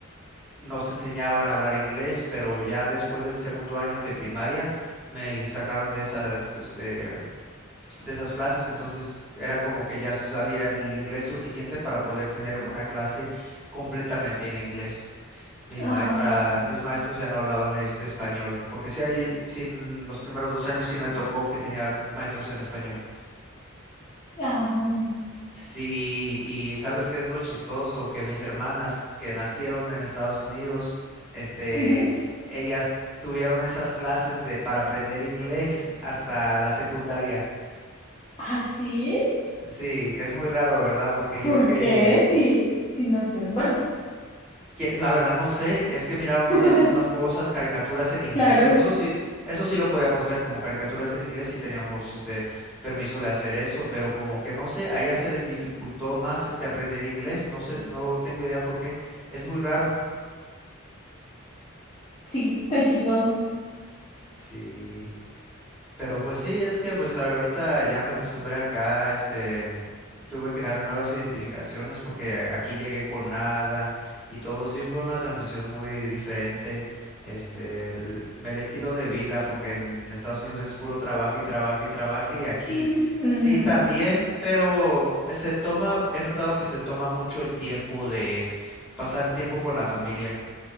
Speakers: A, in the centre; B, on the left.
A: nos enseñaban a hablar inglés, pero ya después del segundo año de primaria me sacaron de esas, este, de esas clases, entonces era como que ya sabía el inglés suficiente para poder tener una clase completamente en inglés. Mis
B: Ah,
A: maestra, mis maestros ya no hablaban este español, porque sí hay, sin los primeros dos años sí me tocó que tenía maestros en español.
B: ah,
A: Sí, y ¿sabes qué es lo chistoso? Que mis hermanas que nacieron en Estados Unidos, este,
B: ujú.
A: ellas tuvieron esas clases de para aprender inglés hasta la secundaria.
B: ¿Ah, sí?
A: Sí, que es muy raro, ¿verdad? Porque
B: ¿Por
A: yo que
B: qué? Si, si no sé. Bueno,
A: que- La verdad no sé, es que mirábamos
B: <laughs>
A: las mismas cosas, caricaturas en inglés,
B: claro,
A: eso sí, eso sí lo podíamos ver como caricaturas en inglés y teníamos este permiso de hacer eso, pero como que no sé, a ella se les dificultó más este aprender inglés, no sé, no tengo idea por qué, es muy raro.
B: sí, tan chistoso.
A: Sí, pero pues sí, es que pues ahorita ya me acostumbré acá, este, tuve que dejar nuevas identificaciones porque a- aquí llegué con nada y todo sí fue una transición muy diferente. Este, el, el estilo de vida, porque en Estados Unidos es puro trabajo y trabajo y trabajo, y aquí
B: Mm,
A: sí
B: ujú.
A: también, pero se toma, he notado que se toma mucho el tiempo de pasar el tiempo con la familia.